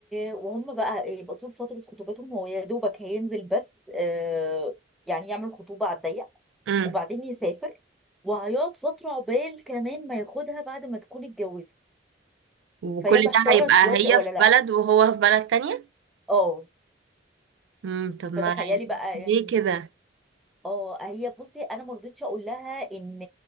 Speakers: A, in the centre; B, on the right.
A: وهم بقى يبقى طول فترة خطوبتهم هو يا دوبك هينزل بس آه يعني يعمل خطوبة على الضيق
B: امم
A: وبعدين يسافر وهيقعد فترة عقبال كمان ما ياخدها بعد ما تكون اتجوزت
B: وكل
A: فهي محتارة
B: ده هيبقى
A: توافق
B: هي
A: ولا
B: في
A: لا
B: بلد وهو في بلد تانية
A: اه
B: امم طب
A: فتخيلي
B: ما
A: بقى
B: ليه
A: يعني
B: كده
A: اه هي بصي انا ما رضيتش اقول لها ان